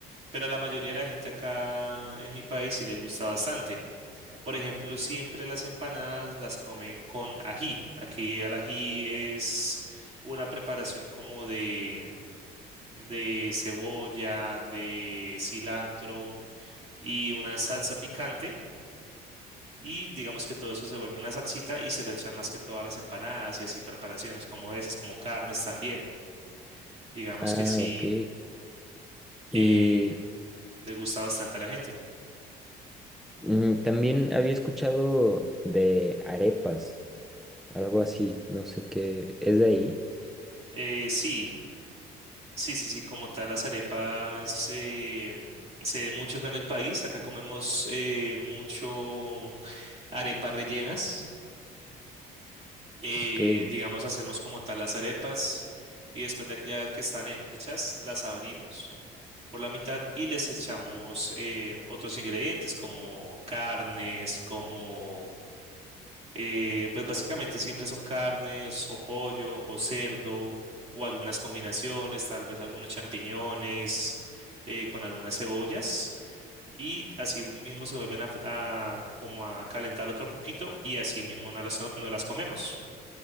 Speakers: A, on the right (about 35°); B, in the centre.
A: pero a la mayoría de la gente acá en mi país sí le gusta bastante. Por ejemplo, siempre las empanadas las comen con ají. Aquí el ají es una preparación como de... de cebolla, de cilantro y una salsa picante. Y digamos que todo eso se vuelve una salsita y se lo echan más que todas las empanadas y así preparaciones como esas, como carnes también. Digamos
B: Ah,
A: que sí,
B: ok. Y
A: eh, le gusta bastante a la gente.
B: mm, también había escuchado de arepas, algo así, no sé qué, ¿es de ahí?
A: Eh, sí, sí, sí, sí, como tal las arepas eh, se ve mucho acá en el país. Acá comemos eh, mucho arepas rellenas. eh,
B: Ok.
A: digamos, hacemos como tal las arepas y después de ya que están hechas, las abrimos por la mitad y les echamos eh, otros ingredientes como carnes, como, eh, pues básicamente siempre son carnes o pollo o cerdo o algunas combinaciones, tal vez algunos champiñones eh, con algunas cebollas. Y así mismo se vuelven a, a- como a calentar otro poquito y así mismo no las, no las comemos.